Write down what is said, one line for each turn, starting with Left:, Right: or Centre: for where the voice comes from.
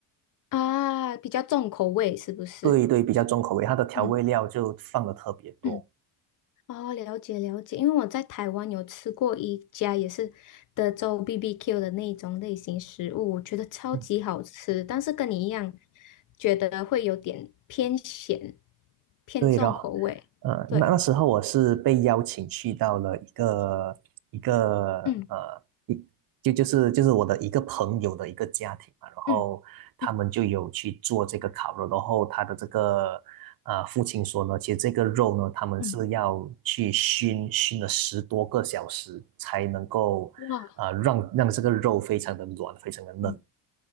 Left: 啊，比较重口味是不是？
Right: 对对，比较重口味，它的调味料就放的特别多。
Left: 嗯。嗯。哦，了解了解，因为我在台湾有吃过一家也是德州 BBQ 的那种类型食物，我觉得超级好吃，
Right: 嗯
Left: 但是跟你一样，觉得会有点偏咸，偏重口味。
Right: 对咯，呃，
Left: 对，
Right: 那那时候我是被邀请去到了一个一个呃一就就是就是我的一个朋友的一个家庭嘛，
Left: 嗯
Right: 然后他们就有去做这个烤肉，
Left: 嗯嗯
Right: 然后他的这个呃父亲说呢，其实这个肉呢，他们是要去熏熏了十多个小时才能够呃让让这个肉非常的软，
Left: 嗯，哇，
Right: 非常的嫩。
Left: 嗯，